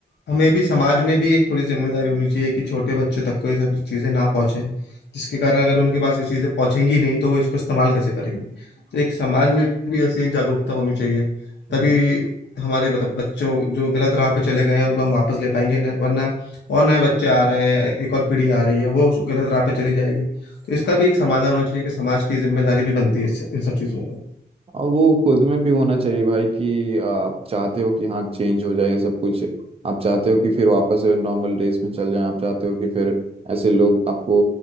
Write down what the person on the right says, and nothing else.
है।
और वो खुद में भी होना चाहिए भाई कि आप चाहते हो कि हाँ चेंज हो जाए सब कुछ आप चाहते हो कि फिर वापस नॉर्मल डेज में चल जाए आप चाहते हो कि फिर ऐसे लोग आपको